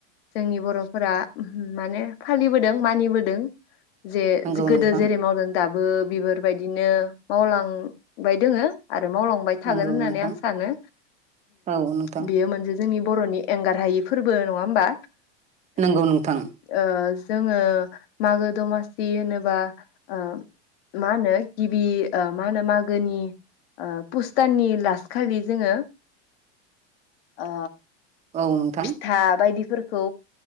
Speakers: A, on the left (about 55°); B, on the right (about 20°).
A: जोंनि बर'फोरा माने फालिबोदों मानिबोदों जे
B: नंगौ
A: गोदो
B: नोंथां
A: जेरै मावदों दाबो बिफोरबायदिनो मावलांबाय दङो आ रो मावलां थागोन
B: नंगौ
A: होननानै
B: नोंथां
A: आं सानो
B: औ नोंथां
A: बियो मोनसे जोंनि बर'नि एंगार हायि फोरबो नङा होमबा
B: नंगौ नोंथां
A: ओ जोङो मागो दमासि होनोबा आ मा होनो गिबि मा होनो मागोनि ओ पुस दाननि लास्ट खालि जोङो आ
B: औ नोंथां
A: फिथा बायदिफोर खौ